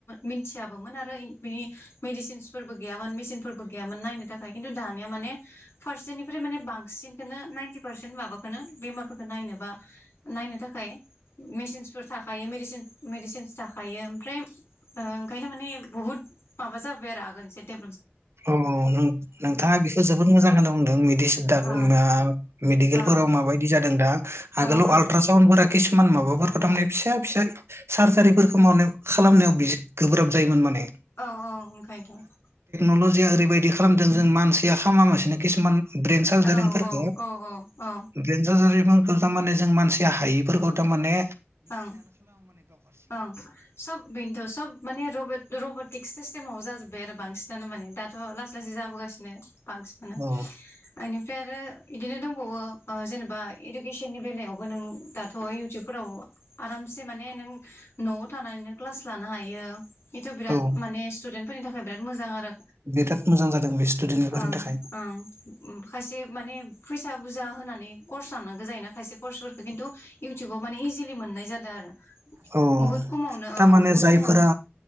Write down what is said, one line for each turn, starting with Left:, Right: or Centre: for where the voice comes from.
Left: मिथियाबोमोन आरो बिनि मेडिसिनसफोरबो गैयामोन मेसिनफोरबो गैयामोन नायनो थाखाय खिन्थु दानिया माने फारसेनिफ्राय माने बांसिनखौनो नाइन्टि पार्सेन्ट माबा नो बेमारफोरखौ नायनोबा नायनो थाखाय मेसिनसफोर थाखायो मेडिसिनस थाखायो ओमफ्राय ओ खायनो माने बहुद माबा जाबाय आरो आगोलनिसाय दे
Right: औ औ नों नोंथाङा बेखो जोबोद मोजां खोनो बुंदों मेदिसि <unintelligible>
Left: ओ
Right: मेडिकेलफोराव
Left: ओ
Right: माबायदि जादों दा आगोलाव
Left: ओं ओं
Right: आलट्रासावन्दफ्रा किसुमान माबाफोर थार माने फिसा फिसा सार्जारिफोरखौ मावनायाव खालामनायाव बिसे गोब्राब जायोमोन माने
Left: औ औ ओंखायनोथ'
Right: नल'जिया ओरैबायदि खालामदों जों मानसिया खामामासिनो किसुमान ब्रेन सारजारिंफोरखौ
Left: औ औ औ औ औ
Right: ब्रेन सारजारिफोरखौ थामाने जों मानसिया हायिफोरखौ थामाने
Left: ओं ओं सब बिनथ'ओं सब माने रब रब फिक्स सिस्टेमाव जाजोब्बाय आरो बांसिनानो माने दाथ' लासै लासै जाबोगासिनो। बांसिना आंनि
Right: औ
Left: ओमफ्राय आरो इदिनो दंबावो जेनेबा इडुकेसननि बेलायावबो नों दाथ' इउटुबफोराव आरामसे माने नों न'आव थानानैनो क्लास लानो हायो। इथ बिराद
Right: औ
Left: माने स्टुदेन्ट फोरनि थाखाय बिराद मोजां आरो
Right: बिराद मोजां जादों बे स्टुडेन्टफोरनि
Left: ओं
Right: थाखाय
Left: ओं खायसे माने फैसा बुरजा होनानै कर्स लाननांगौ जायोना खायसे कर्सफोरखौ किन्तु इउटुबाव माने इजिलि मोननाय जादों आरो
Right: औ औ
Left: बुहुत
Right: औ
Left: खमावनो ओ
Right: थारमाने
Left: बुहुत
Right: जायफोरा
Left: खमावनो